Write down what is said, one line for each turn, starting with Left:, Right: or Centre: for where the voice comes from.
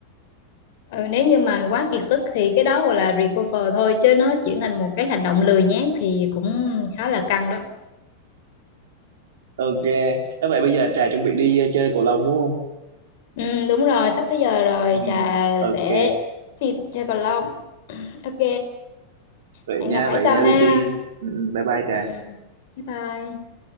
Left: ừ, nếu như mà quá kiệt sức thì cái đó gọi là recover thôi chứ nó chuyển thành một cái hành động lười nhác thì cũng khá là căng đó
Right: ok thế vậy bây giờ trà chuẩn bị đi ờ, chơi cầu lông đúng không
Left: Ừ, đúng rồi, sắp tới giờ rồi,
Right: ừ
Left: trà
Right: ok
Left: sẽ đi chơi cầu lông. Ok,
Right: vậy
Left: hẹn
Right: nha
Left: gặp phải
Right: vậy
Left: sau
Right: nha
Left: ha.
Right: đi đi ừ, ừ, bye bye trà
Left: Ừ, bye bye.